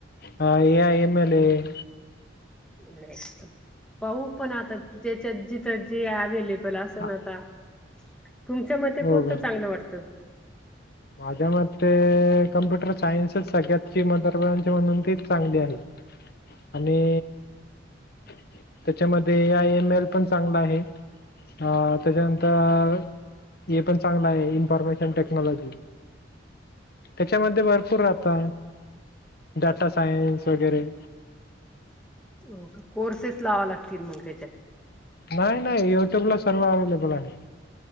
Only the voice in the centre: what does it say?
नाही पाहू पण आता जेच्यात जिथं जे ॲवेले बल असन
आता, तुमच्या मते
कोणतं
चांगलं वाटतं?
हो का कोर्सेस लावाव लागतील मग त्याच्यात.